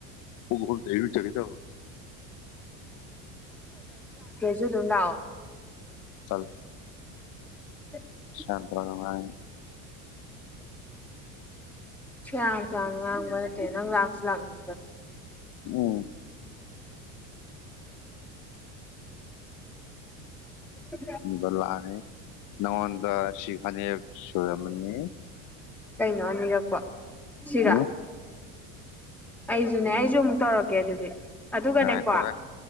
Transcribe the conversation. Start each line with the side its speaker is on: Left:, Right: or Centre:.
Left: ꯈꯨꯡꯎꯨꯞ ꯂꯩꯕ ꯆꯠꯀꯦ ꯇꯧꯕ
Centre: ꯆꯠꯂꯨ ꯂꯥꯛꯑꯣ
Left: ꯇꯜꯂꯦ
Centre: ꯑ
Left: <unintelligible>
Centre: ꯁꯦꯔꯥꯟ ꯇꯨꯔꯥꯟ ꯉꯥꯡꯕ ꯅꯠꯇꯦ ꯅꯪ ꯂꯥꯛꯁꯨ ꯂꯥꯛꯅꯤꯡ
Left: ꯎꯝ
Centre: ꯑꯗꯨ
Left: ꯑꯗꯨꯒ ꯂꯥꯛꯑꯅꯤ ꯅꯪꯉꯣꯟꯗ ꯁꯤ ꯐꯅꯦꯛ ꯁꯣꯏꯨꯔꯝꯃꯅꯤ
Centre: ꯀꯩꯅꯣ ꯑꯅꯤꯔꯛꯄ ꯁꯤꯔ
Left: ꯎꯝ
Centre: ꯑꯩꯁꯨꯅꯦ ꯑꯩꯁꯨ ꯑꯃꯨꯛ ꯇꯧꯔꯛꯀꯦ ꯑꯗꯨꯗꯤ ꯑꯗꯨꯒꯅꯦꯀꯣ
Left: ꯉꯥꯏꯈꯣꯍꯦ